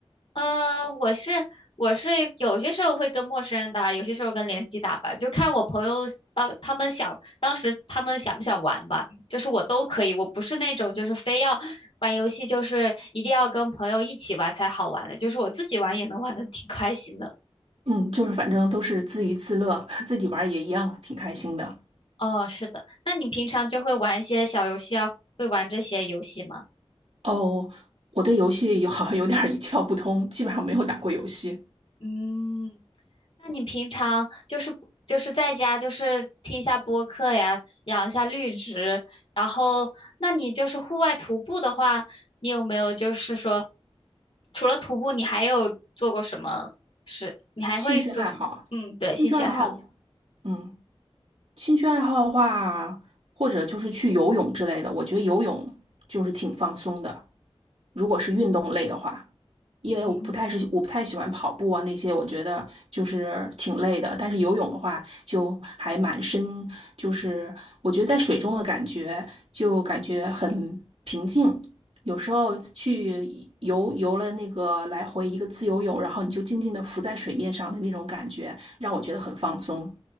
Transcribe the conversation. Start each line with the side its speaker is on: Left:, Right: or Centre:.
Left: 呃，我是我是有些时候会跟陌生人打，有些时候跟联机打吧，就看我朋友当他们想当时他们想不想玩吧，就是我都可以，我不是那种就是非要玩游戏就是一定要跟朋友一起玩才好玩的，就是我自己玩也能玩的挺开心的。
Right: 嗯，就是反正都是自娱自乐，<laughs> 自己玩儿也一样，挺开心的。
Left: 哦，是的，那你平常就会玩一些小游戏啊，会玩这些游戏吗？
Right: 哦，我对游戏有 <laughs> 好像有点儿一窍不通，基本上没有打过游戏。
Left: 嗯。那你平常就是就是在家就是听一下播客呀，养一下绿植，然后那你就是户外徒步的话，你有没有就是说，除了徒步，你还有做过什么事？你还会做什么？
Right: 兴趣爱好，
Left: 嗯，对，
Right: 兴趣爱好，
Left: 兴趣爱好。
Right: 嗯。兴趣爱好的话，或者就是去游泳之类的，我觉得游泳就是挺放松的。如果是运动类的话，因为我不太是我不太喜欢跑步啊那些，
Left: 嗯
Right: 我觉得就是挺累的。但是游泳的话，就还蛮深，就是我觉得在水中的感觉就感觉很平静。有时候去游游了那个来回一个自由泳，然后你就静静的浮在水面上的那种感觉，让我觉得很放松。